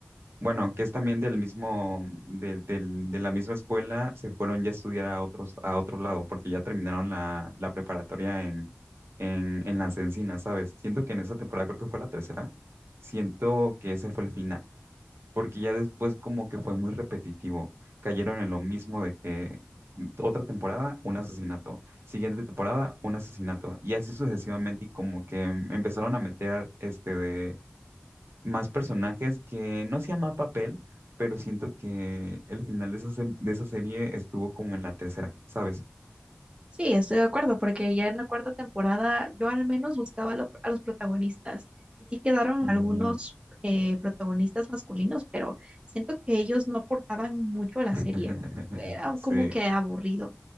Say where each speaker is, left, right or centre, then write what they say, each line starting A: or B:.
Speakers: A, on the right; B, on the right.
A: Bueno, que es también del mismo, de, del- de la misma escuela, se fueron ya a estudiar a otros, a otro lado, porque ya terminaron la, la preparatoria en, en, en Las Encinas, ¿sabes? Siento que en esa temporada, creo que fue la tercera, siento que ese fue el final, porque ya después como que fue muy repetitivo, cayeron en lo mismo de que mm, otra temporada, un asesinato, siguiente temporada, un asesinato, y así sucesivamente, y como que mm, empezaron a meter este más personajes que no hacía más papel, pero siento que el final de esa, se- de esa serie estuvo como en la tercera, ¿sabes?
B: Sí, estoy de acuerdo, porque ya en la cuarta temporada yo al menos buscaba lo- a los protagonistas y sí quedaron
A: Ujú.
B: algunos eh, protagonistas masculinos, pero siento que ellos no aportaban mucho a la
A: <laughs>
B: serie. Era
A: Sí.
B: como que aburrido.